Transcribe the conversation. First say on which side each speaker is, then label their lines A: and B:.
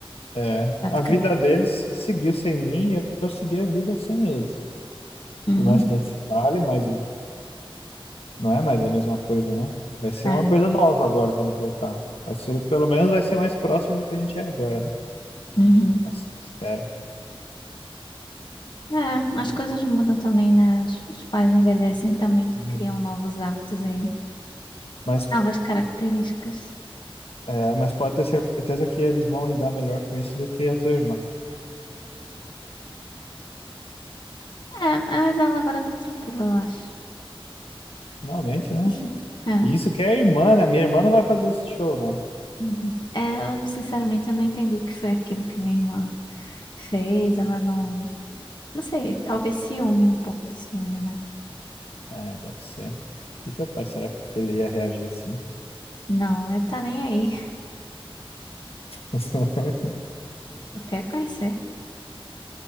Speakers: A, on the left (about 85°); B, on the left (about 50°).
A: é,
B: Praticamente.
A: a vida deles seguiu sem mim, eu, eu segui a vida sem eles.
B: Uhum.
A: Por mais que a gente se fale, mas Não é mais a mesma coisa, né? Vai ser
B: É.
A: uma coisa nova agora quando voltar. Vai ser, pelo menos vai ser mais próximo do que a gente é agora, né?
B: Uhum.
A: Assim, espero.
B: É, as
A: E-
B: coisas mudam também, né? Os os pais envelhecem também,
A: hum.
B: criam novos hábitos e
A: Mas,
B: novas características.
A: é, mas pode ter certeza que eles vão lidar melhor com isso do que a tua irmã.
B: É, mas ela agora tá tranquila, eu acho.
A: Finalmente, né?
B: <laughs> É.
A: E isso que é irmã, né? Minha irmã não vai fazer esse show, não.
B: Uhum. É, eu, sinceramente, eu não entendi o que foi aquilo que minha irmã fez. Ela não. Não sei, talvez ciúme, um pouco de ciúme, né?
A: É, deve ser. E teu pai, será que ele ia reagir assim?
B: Não, ele tá nem aí. <laughs>
A: <laughs>
B: Tu quer conhecer?